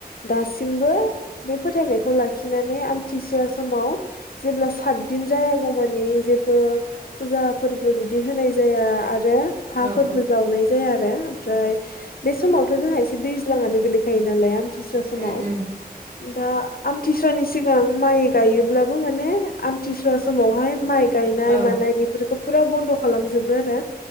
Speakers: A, on the left; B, on the right.
A: दासिमबो बे फोथायनायखौ लाखिनानै आमथिसुवा समाव जेब्ला साथदिन जायागौ मानि जेबो फुजा फोरबो बिदि होनाय जाया आरो ओमफ्राय हाफोरबो
B: औ
A: जावनाय जाया आरो ओमफ्राय बे समावथ' जोंहा एसे दैज्लाङानो गोलैखायो नालाय आमथिसुवा समाव
B: उम उम उम
A: दा आ मथिसुवानि सिगां माइ गायोब्लाबो माने आमथिसुवा समावहाय माइ गायनाय
B: औ
A: मानाय बेफोरखौ फुरा बन्द' खालामजोबो आरो